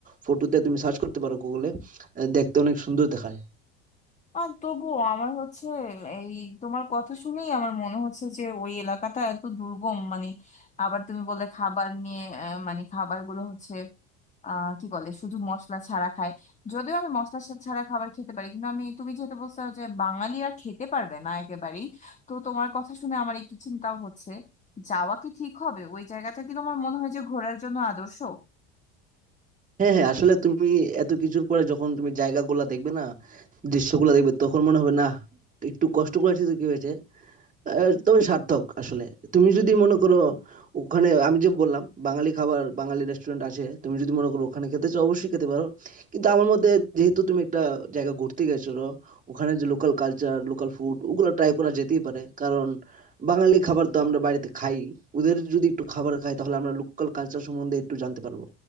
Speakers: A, on the right (about 25°); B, on the left (about 20°).
A: ফটোতে তুমি সার্চ করতে পারো গুগলে দেখতে অনেক সুন্দর দেখায়
B: আর তবুও আমার হচ্ছে এই তোমার কথা শুনেই আমার মনে হচ্ছে যে ওই এলাকাটা এত দুর্গম মানে আবার তুমি বললে খাবার নিয়ে আহ, মানে খাবারগুলো হচ্ছে আহ কি বলে শুধু মশলা ছাড়া খায় যদিও আমি মশলা সা- ছাড়া খাবার খেতে পারি কিন্তু আমি তুমি যেহেতু বলছো যে বাঙালিরা খেতে পারবে না একেবারেই তো তোমার কথা শুনে আমার একটু চিন্তাও হচ্ছে যাওয়া কি ঠিক হবে ওই জায়গাটা কি তোমার মনে হয় যে ঘোরার জন্য আদর্শ
A: হ্যাঁ হ্যাঁ আসলে তুমি এত কিছুর পরে যখন তুমি জায়গাগুলো দেখবে না দৃশ্যগুলো দেখবে তখন মনে হবে না একটু কষ্ট করেছি তো কি হয়েছে আহ, তবে সার্থক আসলে তুমি যদি মনে করো ওখানে আমি যে বললাম বাঙালি খাবার বাঙালি রেস্টুরেন্ট আছে তুমি যদি মনে করো ওখানে খেতে চাও অবশ্যই খেতে পারো কিন্তু আমার মতে যেহেতু তুমি একটা জায়গা ঘুরতে গেছো ওখানে যে লোকাল কালচার লোকাল ফুড ওগুলো ট্রাই করা যেতেই পারে কারণ বাঙালি খাবার তো আমরা বাড়িতে খাই ওদের যদি একটু খাবার খাই তাহলে আমরা লোকাল কালচার সম্বন্ধে একটু জানতে পারবো